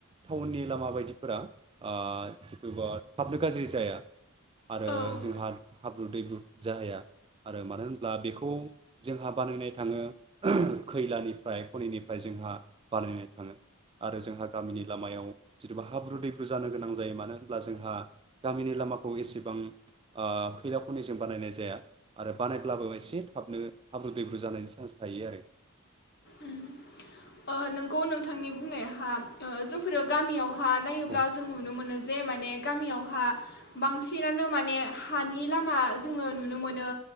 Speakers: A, on the right (about 25°); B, on the left (about 50°).
A: टाउननि लामा बायदिफोरा ओ <unintelligible> थाबनो गाज्रि जाया आरो
B: औ
A: जोंहा हाब्रु दैब्रु जाहैया। आरो मानो होनब्ला बेखौ जोंहा बानायनाय थाङो खैलानिफ्राय खनिनिफ्राय जोंहा बानायनाय थाङो। आरो जोंहा गामिनि लामायाव जुदिबा हाब्रु दैब्रु जानो गोनां जायो मानो होनब्ला जोंहा गामिनि लामाखौ एसेबां ओ खैला खनिजों बानायनाय जाया आरो बानायब्लाबो एसे थाबनो हाब्रु दैब्रु जानायनि चान्स थायो आरो।
B: ओम अ नंगौ नोंथांनि बुंनायाहा ओ जोंफोरो गामियाव हा नायोब्ला
A: औ
B: जों नुनो मोनो। जे माने गामियावहा बांसिनानो माने हानि लामा जोङो नुनो मोनो